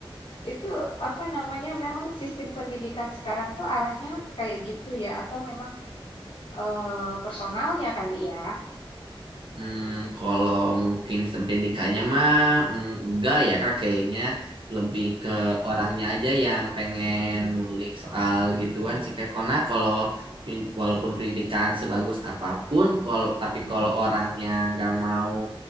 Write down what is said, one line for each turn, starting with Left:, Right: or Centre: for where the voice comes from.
Left: Itu apa namanya? Memang sistem pendidikan sekarang tuh arahnya kayak gitu ya, atau memang eh, personalnya kali ya?
Right: Hmm, kalau mungkin sistem pendidikannya mah mm, enggak ya kak kayaknya lebih ke orangnya aja yang pengen
Left: Mm-mm,
Right: ngulik soal gituan sih kak. Karena kalau pin- walaupun pendidikan sebagus apapun, kalau tapi
Left: mm-mm.
Right: kalau orangnya nggak mau